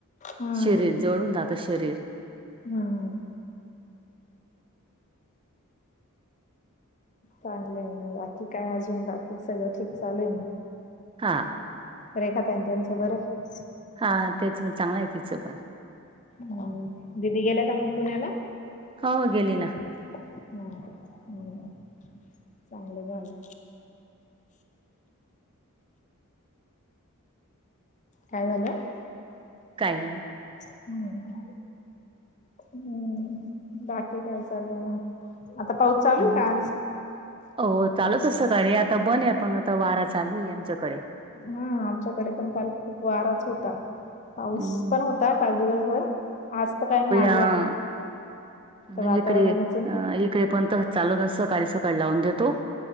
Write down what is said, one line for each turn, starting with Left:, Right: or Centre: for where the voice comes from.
Left: हम्म
Right: पिरिड जोळून जात शरीर.
Left: हम् चांगलं आहे म बाकी काय अजून बाकी सगळं ठीक चालूय मग.
Right: हा
Left: रेखा ताई त्यांचं बर हाय.
Right: हा तेच म चांगलं आहे तिचं पण.
Left: ह दिदी गेल्या का मग पुण्याला?
Right: हा हो गेली ना.
Left: हा हम. चांगलं झालं. काय झालं.
Right: काही नाही.
Left: हम्म हम्म बाकी काय चाललं मग आता पाऊस चालू
Right: हम्म.
Left: आहे का आज?
Right: हो चालूच सकाळी आता बन आहे पण आता वारा चालू आहे आमच्याकडे.
Left: हा आमच्याकडे पण काल खूप वाराच होता. पाऊस
Right: हम्म.
Left: पण होता काल दिवसभर आज तर काय मी आ
Right: ह म
Left: वातावरणच
Right: इकडे ये
Left: आहे
Right: आ इकडे पण त चालू नस आसं सकाळी सकाळी लावून देतो.